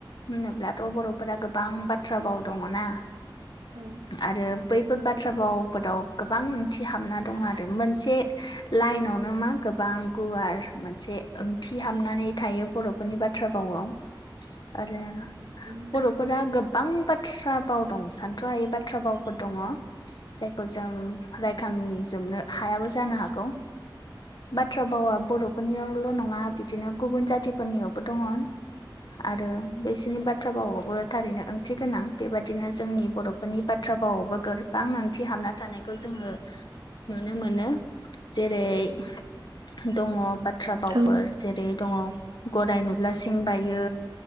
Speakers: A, on the left; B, on the right.
A: होनोब्लाथ' बर'फोरा गोबां बाथ्रा बाव दङना
B: औ
A: आरो बैफोर बाथ्रा भावफोराव गोबां ओंथि हाबना दं
B: बे
A: आरो मोनसे लाइनावनो मा गोबां गुवार मोनसे ओंथि हाबनानै थायो बर' फोरनि बाथ्रा भावाव आरो
B: नोंथां
A: बर'फोरा गोब बां बाथ्रा बाव दं सान्थ्र'हायै बाथ्रा बावफोर दङ जायखौ जों रायखांजोबनो हायाबो जानो हागौ बाथ्रा बावा बर'फोरनियावल' नङा बिदिनो गुबुन जातिफोरनियावबो दङ आरो बिसोरनि बाथ्रा भावाबो थारैनो ओंथि गोनां बेबादिनो जोंनि बर' फोरनि बाथ्रा भावावबो गोबां ओंथि हाबना थानायखौ जोङो नुनो मोनो जेरै- दङ बा थ्रा बावफोर
B: औ
A: जेरै- दङ गराय नुब्ला सिं बायो